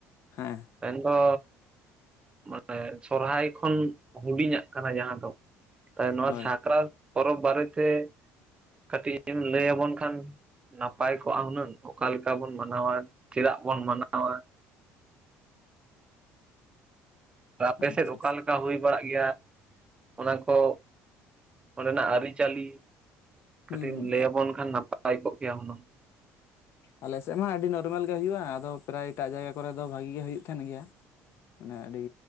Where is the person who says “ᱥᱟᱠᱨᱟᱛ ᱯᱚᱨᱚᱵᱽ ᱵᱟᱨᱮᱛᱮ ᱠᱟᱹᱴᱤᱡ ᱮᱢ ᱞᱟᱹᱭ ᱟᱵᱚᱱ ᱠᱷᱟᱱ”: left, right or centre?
Right